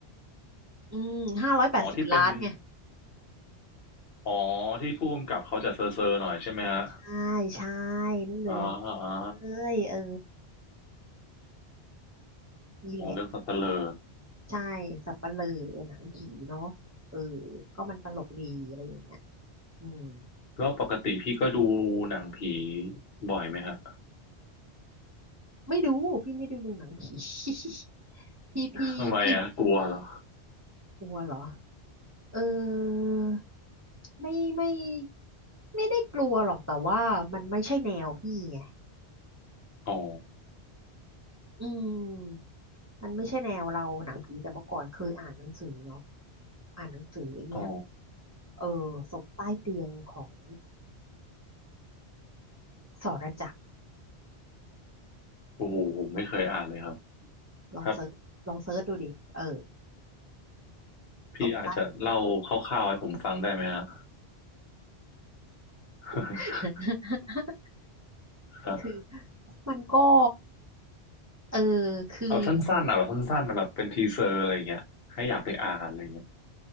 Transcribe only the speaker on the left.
อ๋อที่เป็นอ๋อที่ผู้กำกับเขาจะเซอร์เซอร์หน่อยใช่ไหมฮะ
อ่าอ่า
อ๋อเรื่องสัตว์เตลอ
แล้วปกติพี่ก็ดูหนังผีบ่อยไหมฮะ
ทำไมอ่ะกลัวเหรอ
อ๋อ
อ๋อ
โอ้โหผมไม่เคยอ่านเลยครับ
ครับ พี่อาจจะเล่าคร่าวๆให้ผมฟังได้ไหมฮะ
<laughs>
ครับ
เอาสั้นๆนะแบบสั้นๆนะแบบเป็นทีเซอร์อะไรเงี้ยให้อยากไปอ่านอะไรเงี้ย